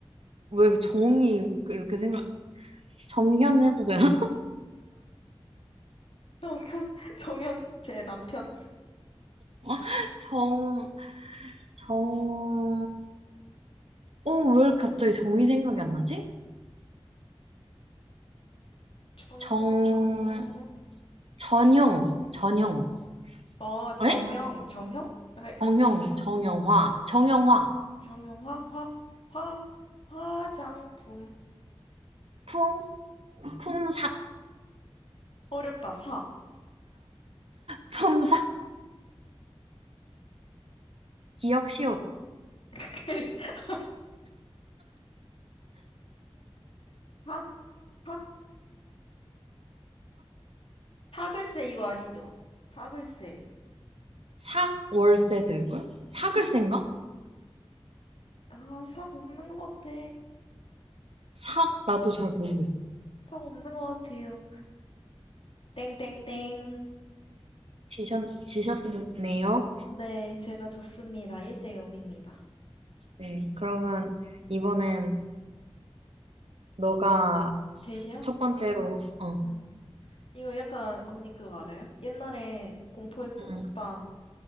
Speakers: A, on the right (about 80°); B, on the left (about 65°).
A: 왜 정이 이렇게 생각 정현 해도 되나?
B: 정현, 정현, 제 남편.
A: <laughs> 정 정 어 왜 갑자기 정이 생각이 안 나지?
B: 정,
A: 정
B: 정, 정.
A: 전형 전형
B: 어, 정형,
A: 에?
B: 정형? 아이
A: 정형 정형화 정형화
B: 정형화? 화? 화? 화장품.
A: 품 품삭
B: 어렵다, 사.
A: 품삭 기억시옷
B: <laughs> 사? 사? 사글쎄, 이거 아니죠? 사글쎄.
A: 삭 월세 될걸? 삭을센가?
B: 아, 삭 없는 것 같아.
A: 삭 나도 잘 모르겠어.
B: 삭 없는 것 같아요. 땡땡땡.
A: 지셨 지셨네요.
B: 네, 제가 졌습니다. 1대 0입니다.
A: 네, 그러면 이번엔 너가
B: 제시요?
A: 첫 번째로 어,
B: 응. 이거 약간 언니 그거 알아요? 옛날에 공포의 쿵쿵따
A: 응.